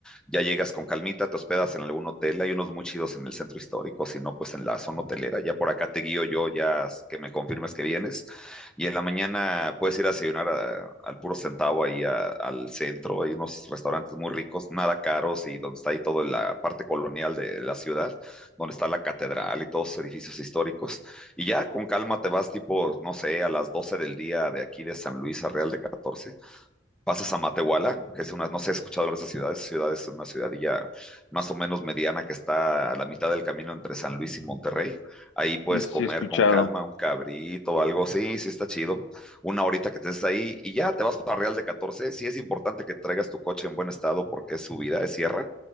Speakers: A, in the centre; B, on the left.
A: Ya llegas con calmita, te hospedas en algún hotel, hay unos muy chidos en el centro histórico, si no, pues en la zona hotelera. Ya por acá te guío yo, ya que me confirmes que vienes. Y en la mañana puedes ir a desayunar a- al puro centavo ahí a- al centro. Hay unos restaurantes muy ricos, nada caros y donde está ahí toda la parte colonial de la ciudad, donde está la catedral y todos los edificios históricos. Y ya con calma te vas tipo, no sé, a las 12 del día de aquí de San Luis a Real de catorce pasas a Matehuala, que es una, no sé, he escuchado hablar de esa ciudad, esa ciudad es una ciudadilla más o menos mediana que está a la mitad del camino entre San Luis y Monterrey. Ahí puedes
B: Sí, sí,
A: comer
B: he escuchado.
A: con calma un cabrito o algo, sí, sí está chido. Una horita que te estés ahí y ya te vas para Real de catorce Sí es importante que traigas tu coche en buen estado porque es subida, es sierra.